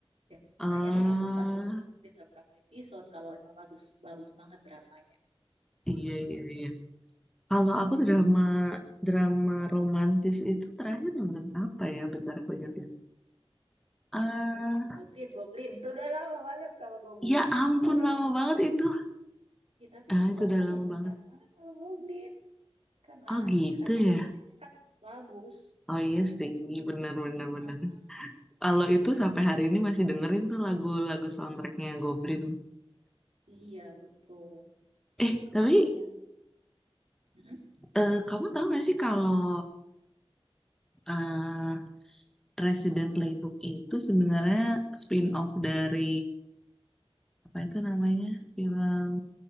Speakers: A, on the right; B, in the centre.
A: Biasanya
B: Ah,
A: kan aku satu malam bisa berapa episode kalau emang bagus, bagus banget dramanya.
B: iya iya iya. Kalau aku drama
A: I-
B: drama romantis itu terakhir nonton apa ya? Bentar aku ingat ya. Eh,
A: Goblin, Goblin. Itu udah lama banget kalau Goblin.
B: ya ampun
A: Tapi aku
B: lama
A: suka.
B: banget itu.
A: Ya, tapi
B: Ah,
A: itu
B: itu
A: aku
B: udah lama
A: membekas
B: banget.
A: banget kalau Goblin. Karena
B: Oh gitu
A: karena
B: ya.
A: soundtracknya kan bagus-bagus.
B: Oh iya sih, bener bener bener.
A: Heeh.
B: Kalau itu sampai hari ini masih dengerin tuh lagu-lagu soundtracknya Goblin.
A: Iya, betul.
B: Eh
A: Itu
B: tapi
A: lagunya. Mm-mm.
B: eh, kamu tahu gak sih kalau eh Resident Playbook itu sebenarnya spin-off dari apa itu namanya film